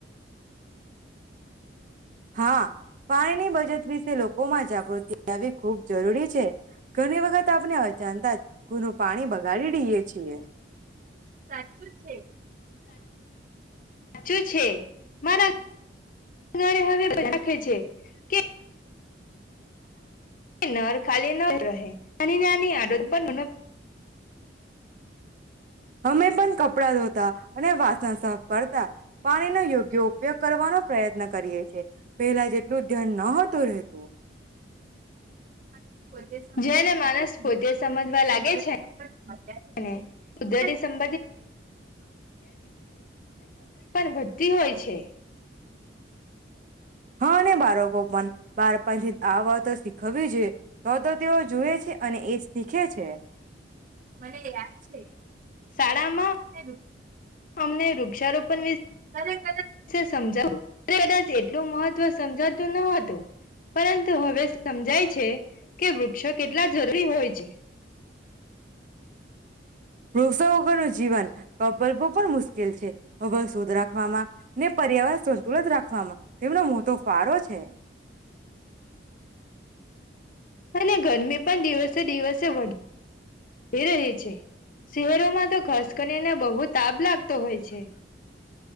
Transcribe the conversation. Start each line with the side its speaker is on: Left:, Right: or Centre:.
Right: હા પાણીની બચત. વિશે લોકોમાં જાગૃતિ આવવી ખૂબ જરૂરી છે ઘણી વખત આપણે અચાનતા જ ગુનું પાણી બગાડી દઈએ છીએ. સાચું છે.
Left: સાચું છે મારા ઘરે હવે રાખે છે કે. નર ખાલી ન રહે નાની નાની આદત એન
Right: અમે પણ કપડા ધોતા અને વાસણ સાફ કરતા પાણીનો યોગ્ય ઉપયોગ કરવાનો પ્રયત્ન કરીએ છે પહેલા જેટલું ધ્યાન ન હતું રહેતું <inaudible>
Left: જેને માણસ પોતે સમજવા લાગે છે ને <unintelligible> પણ વધતી હોય છે.
Right: હા અને બાળકો પણ બાળપણથી આ વા તો શીખવવી જોઈએ તો તો તેઓ જોએ છે અને એ શીખે છે મને યાદ છે
Left: શાળામાં
Right: <inaudible>
Left: અમને વૃક્ષારોપણ
Right: <unintelligible>
Left: છે સમજાવો તે કદાચ એટલું મહત્વ તુ સમજાતું ન હતું પરંતુ હવે સમજાય છે કે વૃક્ષો કેટલા જરૂરી હોય છે.
Right: વૃક્ષો વગરનુ જીવન સાંભળવું પણ મુશ્કેલ છે હવા શુદ્ધ રાખવામાં ને પર્યાવરણ સંતુલત રાખવામાં તેમનો મોટો ફારો છે. <inaudible>
Left: અને ગરમી પણ દિવસે દિવસે વધ એ રહે છે શહેરોમાં તો ખાસ <inaudible> બહુ તાપ લાગતો હોય છે